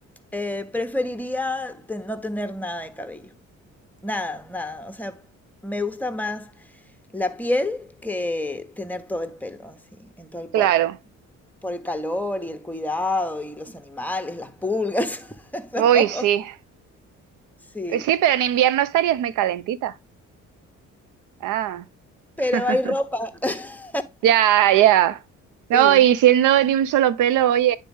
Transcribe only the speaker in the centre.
eh, preferiría te- no tener nada de cabello. Nada, nada. O sea, me gusta más la piel que tener todo el pelo así, en todo el
cuerpo. Por el calor y el cuidado y los animales, las pulgas, <laughs>
¿no?
Sí,
pero
hay ropa, <laughs>
eh,